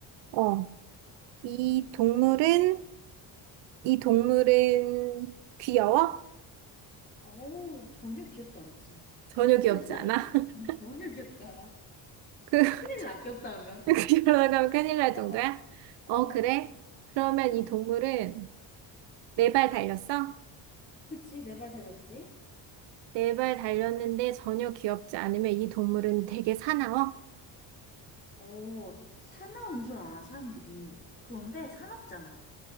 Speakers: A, on the right (about 80°); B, on the left (about 25°).
A: 어, 이
B: 음.
A: 동물은, 이 동물은 귀여워?
B: 어우, 전혀 귀엽지 않지.
A: 전혀 귀엽지
B: <laughs>
A: 않아? <laughs>
B: 어, 전혀 귀엽지 않아.
A: 그,
B: 큰일 나, 귀엽다 하면.
A: <laughs> 그러다가 큰일 날
B: 어,
A: 정도야? 어,
B: 어.
A: 그래? 그러면
B: 응.
A: 이 동물은 네 발 달렸어?
B: 그치, 내 발 달렸지?
A: 네 발 달렸는데 전혀 귀엽지 않으면 이 동물은 되게 사나워?
B: 어, 사나운 줄 알아, 사람들이. 그런데 사납지 않아.